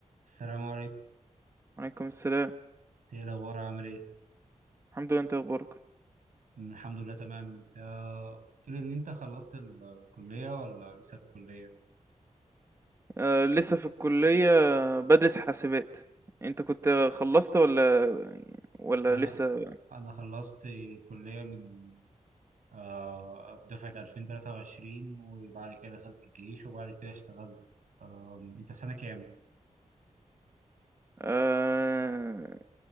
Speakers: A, on the right; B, on the right.
A: السلام عليكم
B: وعليكم السلام
A: ايه الاخبار عامل ايه
B: الحمد لله انت اخبارك
A: أمم، الحمد لله تمام انت قلت لي ان انت خلصت الكليه ولا لسه في الكليه
B: آه لسه في الكلية بدرس حاسبات انت كنت خلصت ولا ولا
A: انا
B: لسه
A: انا خلصت الكليه من آه في دفعه 2023 وبعد كده دخلت الجيش وبعد كده اشتغلت آم، انت في سنه كام
B: آه